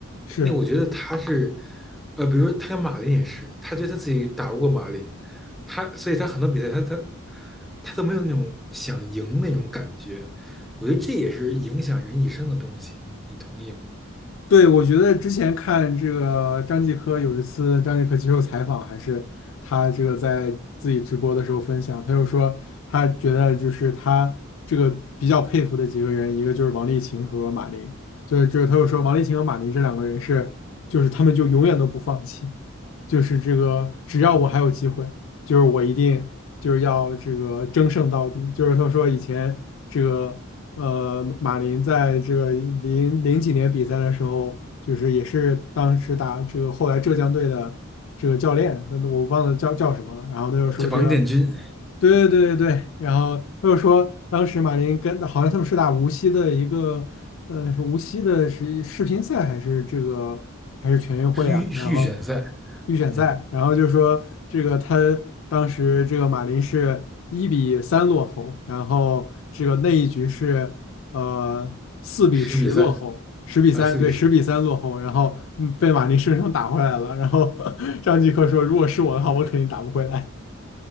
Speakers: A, on the left; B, in the centre.
A: 是。
B: 那我觉得他是，呃，比如说他跟马林也是，他觉得他自己打不过马林，他所以他很多比赛他他他都没有那种想赢那种感觉。我觉得这也是影响人一生的东西，你同意吗？
A: 对，我觉得之前看这个张继科有一次张继科接受采访，还是他这个在自己直播的时候分享，他就说他觉得就是他这个比较佩服的几个人，一个就是王励勤和马琳，就是就是他又说王励勤和马琳这两个人是就是他们就永远都不放弃，就是这个只要我还有机会，就是我一定就是要这个争胜到底。就是他说以前这个呃，马林在这个零零几年比赛的时候，就是也是当时打这个后来浙江队的这个教练，那我忘了叫叫什么了。然后他就说这个，
B: 这王建军
A: 对对对对对，然后他就说当时马林跟好像他们是打无锡的一个，呃，是无锡的是世乒赛还是这个还是全运会啊？
B: 是预是预选赛，
A: 然后。预选赛，
B: 嗯，
A: 然后就说这个他当时这个马林是一比三落后，然后这个那一局是呃四比十落后，
B: 十比三
A: 十比三，
B: 啊，四比十。
A: 对，十比三落后，然后嗯被马林生生打回来了。然后 <laughs> 张继科说，如果是我的话，我肯定打不回来。